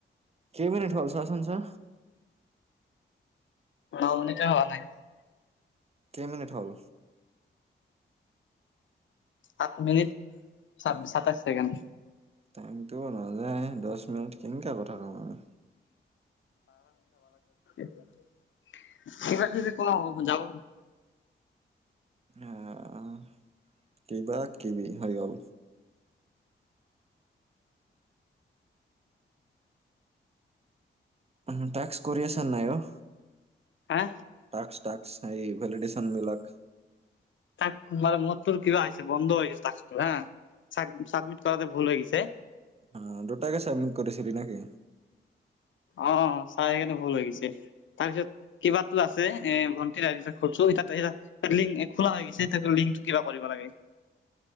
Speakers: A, on the right; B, on the left.
A: কেই মিনিট হ'ল ছা চোন ছা।
B: ন মিনিটো হোৱা নাই।
A: কেই মিনিট হ'ল?
B: সাত মিনিট, সাতাইশ ছেকেণ্ড।
A: টাইমটো নাযায় দ'হ মিনিট কেনেকে কথা ক'ম আমি।
B: <unintelligible> কিবা কিবি খোৱা হও যাওঁ
A: আহ কিবা কিবি হৈ গ'ল। উহুম টেক্স কৰি আছা নাই অ'?
B: হা!
A: টাক্স টাক্স হেৰি ভেলিডেচন বিলাক
B: তাক কোনবা ৰুমত তোৰ কিবা হৈছে বন্ধ হৈছে টাস্কটো হা চাবমিট কৰাটে ভুল হৈ গৈছে।
A: অ দুটাকে চাবমিট কৰিছিলি নেকি?
B: অহ অহ চাই সেইকাৰণে ভুল গৈছে। তাৰপিছত কিবা আছে এ' ভণ্টি <unintelligible> লিংক খোলা হৈ গৈছে লিংকটো কিবা কৰিব লাগে।